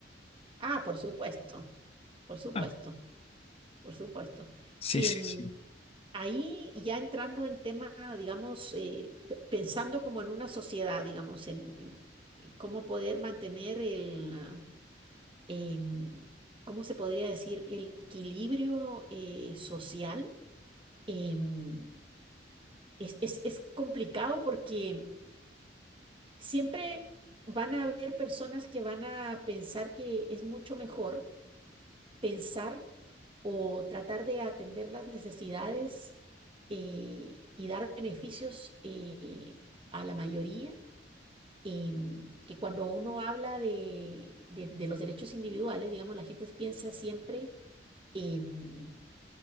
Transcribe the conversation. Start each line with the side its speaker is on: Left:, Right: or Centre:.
Right: Ah, por supuesto, por supuesto,
Left: Ah,
Right: por supuesto.
Left: Sí,
Right: Em,
Left: sí, sí.
Right: ahí ya entrando en tema, digamos, eh, pe- pensando como en una sociedad, digamos, en, en- en cómo poder mantener el, ah, em, ¿cómo se podría decir? El equilibrio eh, social. em, es, es, es complicado porque Siempre van a haber personas que van a pensar que es mucho mejor pensar o tratar de atender las necesidades eh, y dar beneficios eh, a la mayoría, em, que cuando uno habla de, de- de los derechos individuales, digamos, la gente piensa siempre em,